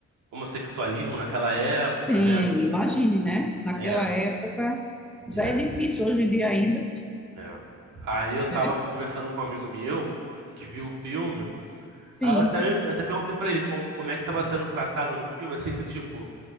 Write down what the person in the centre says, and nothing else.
Tem,
imagine, né? Naquela
época já
é difícil hoje em dia ainda,
né?
Sim,